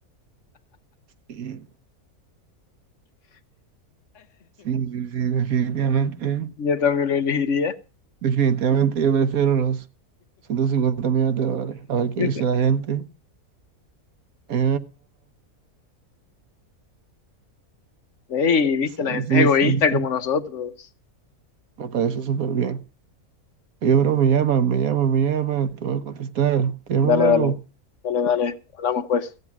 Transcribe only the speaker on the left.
Yo también lo elegiría.
Yo
te-
Ey, viste,
la gente
es egoísta
como nosotros.
Dale,
dale, dale, dale, hablamos pues.